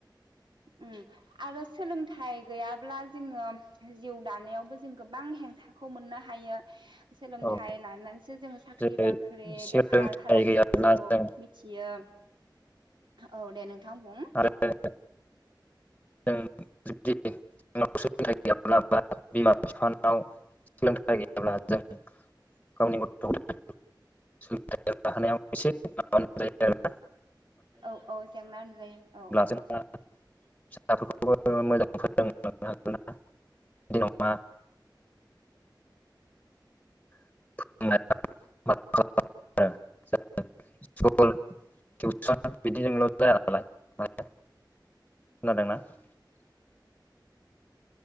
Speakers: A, on the right; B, on the left.
A: ओम आरो सोलोंथाइ गैयाब्ला जोङो जिउ दानायावबो जों गोबां हें थाखौ मोननो हायो सोलोंथाइ
B: औ
A: लानानैसो जोङो साख्रि
B: जेरै
A: बाख्रि
B: सोलोंथाइ
A: बेफार फालांगिफोरखौ
B: गैयाब्ला जों
A: मिथियो औ दे नोंथां बुं
B: आरो जों जुदि सोलोंथाइ गैयाब्ला बा बिमा बिफानाव सोलोंथाइ गैयाब्ला जों गावनि गथ' गथाय सोलोंथाय लानायाव एसे माब जायो आरोना
A: औ औ जेंना नुजायो औ
B: जोंना फिसाफोरखौबो मोजां फोरोंलांनो हागोन <inaudible> <inaudible>